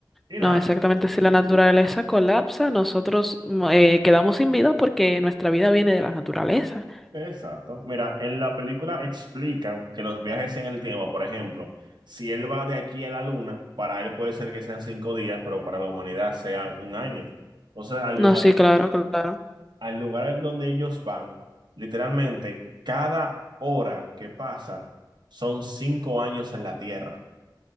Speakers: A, on the right (about 65°); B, in the centre.
A: Y
B: No,
A: nada,
B: exactamente. Si la naturaleza colapsa, nosotros mm, eh, quedamos sin vida porque nuestra vida viene de la naturaleza.
A: Exacto. Mira, en la película explican que los viajes en el tiempo, por ejemplo, si él va de aquí a la luna, para él puede ser que sean cinco días, pero para la humanidad sea un año. Entonces, al
B: No,
A: lugar,
B: sí, claro, claro.
A: al lugar donde ellos van, literalmente, cada hora que pasa son cinco años en la Tierra.